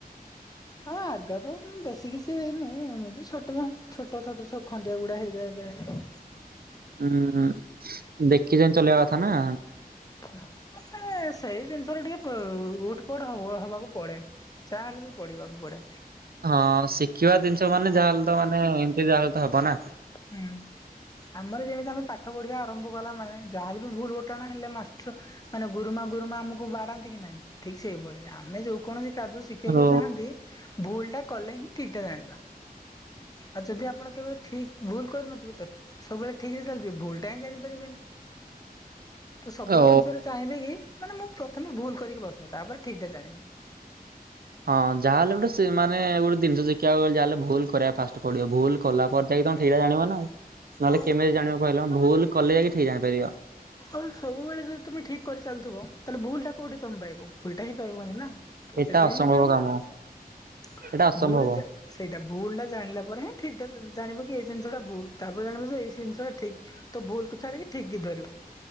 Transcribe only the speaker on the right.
ହୁଁ ଦେଖି ଚାହିଁ ଚଲେଇବା କଥା ନା
ହଁ ଶିଖିବା ଜିନିଷ ମାନେ ଯାହାହେଲେ ତ ମାନେ ଏମତି ଯାହାହେଲେ ତ ହବ ନା।
ଓ
ଓ
ହଁ ଯାହାହେଲେ ବି ଗୋଟେ ମାନେ ଗୋଟେ ଜିନିଷ ଶିଖିବାକୁ ଗଲେ ଯାହେଲେ ଭୁଲ କରିବା ଫାଷ୍ଟ ପଡିବ ଭୁଲ କଲା ପରେ ଯାଇକି ତମେ ଠିକଟା ଜାଣିବ ନାଆଉ ନହେଲେ
କେମିତି ଜାଣିବ କହିଲ ଭୁଲ କଲେ ଠିକ ଜାଣିପାରିବ।
ଏଟା
ଅସମ୍ଭବ
କାମ
ଏଟା ଅସମ୍ଭବ